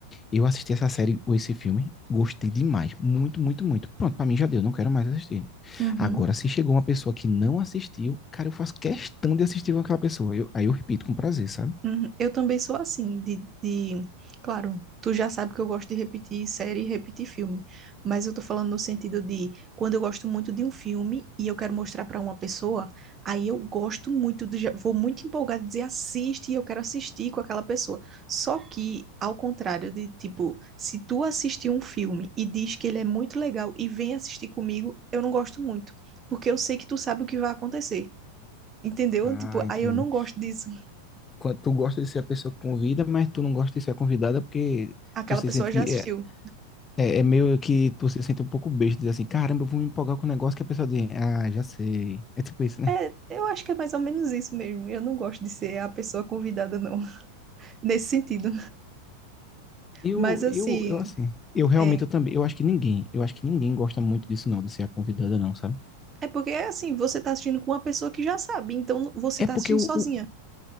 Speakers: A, on the left (about 20°); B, on the right (about 25°).
A: Eu assisti essa série ou esse filme, gostei demais, muito, muito, muito. Pronto, pra mim já deu, não quero mais assistir.
B: Uhum.
A: Agora, se chegou uma pessoa que não assistiu, cara, eu faço questão de assistir com aquela pessoa. Eu- aí eu repito com prazer, sabe?
B: Uhum. Eu também sou assim, de, de... Claro, tu já sabe que eu gosto de repetir série e repetir filme, mas eu tô falando no sentido de quando eu gosto muito de um filme e eu quero mostrar pra uma pessoa, aí eu gosto muito, do... já- vou muito empolgada dizer assiste e eu quero assistir com aquela pessoa. Só que, ao contrário de, tipo, se tu assistir um filme e diz que ele é muito legal e vem assistir comigo, eu não gosto muito, porque eu sei que tu sabe o que vai acontecer. Entendeu?
A: Ah,
B: Tipo,
A: entendi.
B: aí eu não gosto disso.
A: Quando tu gosta de ser a pessoa que convida, mas tu não gosta de ser a convidada porque
B: Aquela
A: tu se
B: pessoa
A: sente.
B: já assistiu.
A: É, é, é meio que tu se sente um pouco besta, diz assim, caramba, eu vou me empolgar com um negócio que a pessoa diz, ah, já sei. É tipo isso, né?
B: É, eu acho que é mais ou menos isso mesmo. Eu não gosto de ser a pessoa convidada, não, <laughs> nesse sentido.
A: Eu,
B: Mas assim,
A: eu, eu assim. Eu realmente
B: é,
A: eu também, eu acho que ninguém, eu acho que ninguém gosta muito disso não, de ser a convidada não, sabe?
B: é porque é assim, você tá assistindo com uma pessoa que já sabe, então não- você
A: É
B: tá
A: porque
B: assistindo
A: o,
B: sozinha.
A: o-